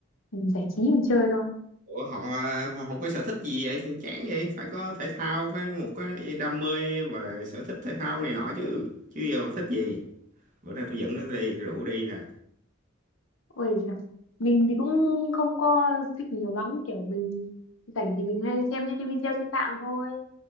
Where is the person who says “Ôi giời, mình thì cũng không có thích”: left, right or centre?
Left